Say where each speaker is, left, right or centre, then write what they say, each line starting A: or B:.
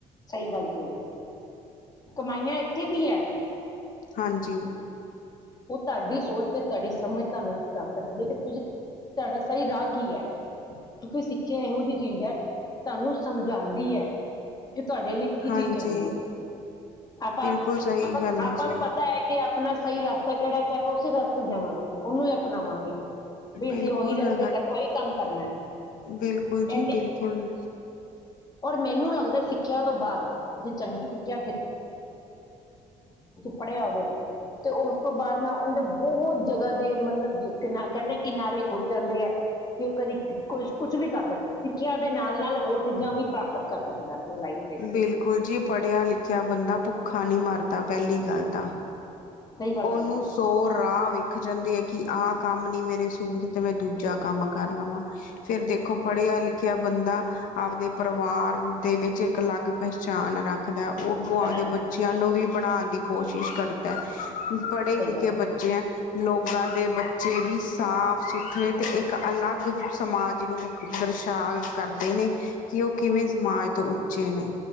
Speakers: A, on the left; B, on the left.
A: ਸਹੀ ਗੱਲ ਕਹੀ, ਕਮਾਈਆਂ ਇੱਥੇ ਵੀ ਹੈ।
B: ਹਾਂਜੀ।
A: ਉਹ ਤੁਹਾਡੀ ਸੋਚ, ਤੇ ਤੁਹਾਡੀ ਸਮਝ ਤੁਹਾਨੂੰ ਦਸ ਸਕਦੀ ਹੈ, ਤੁਹਾਡਾ ਸਹੀ ਰਾਹ ਕੀ ਹੈ? ਕਿਉਂਕਿ ਸਿੱਖਿਆ, ਇਹੋ ਜਿਹੀ ਚੀਜ਼ ਹੈ, ਤੁਹਾਨੂੰ ਸਮਝਾਉਂਦੀ ਹੈ। ਕਿ ਤੁਹਾਡੇ ਲਈ, ਕੀ
B: ਹਾਂਜੀ
A: ਚੀਜ਼ ਚੰਗੀ ਐ। ਆਪਾਂ
B: ਬਿਲਕੁਲ ਸਹੀ
A: -ਆਪਾਂ,
B: ਗੱਲ ਹੈ
A: ਆਪਾਂ
B: ਜੀ
A: ਨੂੰ ਪਤਾ ਹੈ ਕਿ ਆਪਣਾ ਸਹੀ ਰਾਹ ਕਿਹੜਾ ਸਟੈਪ, ਉਸੇ ਰਾਹ ਤੋਂ ਜਾਵਾਂਗੇ। ਉਹਨੂੰ ਹੀ ਅਪਣਾਵਾਂਗੇ, ਵੀ,
B: ਬਿਲਕੁਲ
A: ਅਸੀਂ ਉਹੀ ਰਸਤੇ,
B: ਰ
A: ਉਹੀ ਕੰਮ ਕਰਨਾ <unintelligible>
B: ਬਿਲਕੁਲ ਜੀ,
A: ਇੰਨੇ
B: ਬਿਲਕੁਲ
A: ਔਰ ਮੈਨੂੰ ਲੱਗਦਾ ਸਿੱਖਿਆ ਤੋਂ ਬਾਅਦ ਜੇ ਚੰਗੀ ਸਿੱਖਿਆ ਪੜਿਆ ਕਰੋ । ਤੇ ਉਸ ਤੋਂ ਬਾਅਦ ਨਾ, ਉਹਦੇ ਬਹੁਤ ਜਗ੍ਹਾ ਦੇ ਮਤਲਬ ਕਿ, ਕਿਨਾਰ ਕਹਿੰਦੇ ਕਿਨਾਰੇ ਖੁੱਲ ਜਾਂਦੇ ਹੈ। ਕਿ ਉਹ ਕਦੀ ਕੁਛ -ਕੁਛ, ਵੀ ਕਰ ਸਕਦਾ ਸਿੱਖਿਆ ਦੇ ਨਾਲ- ਨਾਲ ਹੋਰ ਚੀਜ਼ਾਂ ਵੀ ਪ੍ਰਾਪਤ ਕਰ ਸਕਦਾ। ਆਪਣੀ ਲਾਈਫ ਦੇ ਵਿੱਚ
B: ਬਿਲਕੁਲ ਜੀ, ਪੜ੍ਹਿਆ ਲਿਖਿਆ ਬੰਦਾ ਭੁੱਖਾ ਨਹੀਂ ਮਰਦਾ ਪਹਿਲੀ ਗੱਲ ਤਾਂ
A: ਸਹੀ ਗੱਲ
B: ਉਹਨੂੰ
A: ਕਹੀ
B: ਸੌ ਰਾਹ ਵਿਖ ਜਾਂਦੇ ਕਿ ਆਹ ਕੰਮ ਨੀ, ਮੇਰੇ ਸੂਤ ਤੇ ਮੈਂ ਦੂਜਾ ਕੰਮ ਕਰ ਲਵਾਂ, ਫੇਰ ਦੇਖੋ ਪੜਿਆ ਲਿਖ ਬੰਦਾ, ਆਪਦੇ ਪਰਿਵਾਰ ਦੇ ਵਿੱਚ ਇੱਕ ਅਲੱਗ ਪਹਿਚਾਣ ਰੱਖਦਾ। ਅੱਗੋਂ
A: ਬਣਾਉਂਦਾ
B: ਆਪ ਦੇ ਬੱਚਿਆਂ ਨੂੰ ਵੀ, ਪੜ੍ਹਾਉਣ ਦੀ ਕੋਸ਼ਿਸ਼ ਕਰਦਾ। ਪੜ੍ਹੇ
A: ਸਹੀ
B: ਲਿਖੇ
A: ਗੱਲ
B: ਬੱਚੇ ਹੈ, ਲੋਕਾਂ ਦੇ ਬੱਚੇ ਵੀ ਸਾਫ ਸੁਥਰੇ ਤੇ ਅਲੱਗ ਸਮਾਜ ਨੂੰ, ਦਰਸ਼ਾ ਕਰਦੇ ਨੇ ਕਿ ਉਹ ਕਿਵੇਂ ਸਮਾਜ ਤੋਂ ਚੇਨੇ